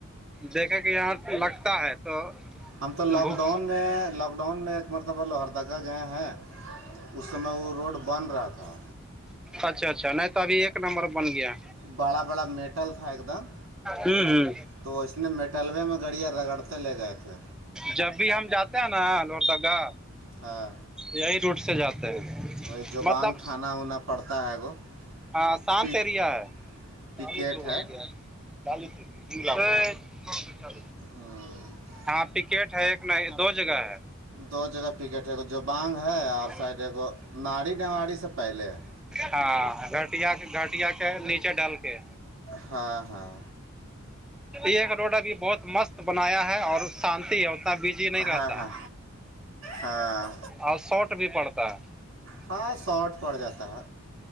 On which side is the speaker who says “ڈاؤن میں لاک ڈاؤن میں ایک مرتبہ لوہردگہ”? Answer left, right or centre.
Right